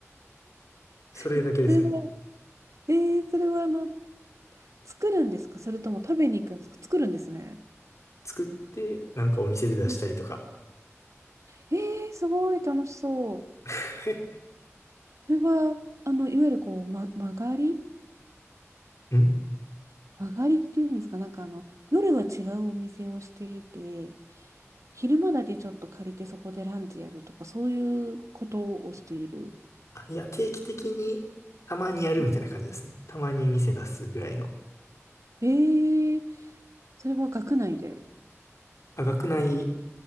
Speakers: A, on the left; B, on the right.
A: それだけですね。
B: え、それは、えーそれはあの、作るんですかそれとも食べに行くんですか作るんですね。
A: 作って、なんかお店で出したりとか。
B: うんえー、すごい楽しそう。
A: <laughs>
B: これは、あの、いわゆるこう、ま、曲がり
A: ん
B: 曲がりっていうんですか、なんかあの、夜は違うお店をしていて、昼間だけちょっと借りてそこでランチやるとか、そういうことをしている。
A: あ、いや、定期的にたまにやるみたいな感じですね。
B: うん
A: たまに店出すぐらいの。
B: えー、それは学内で。
A: あ、学内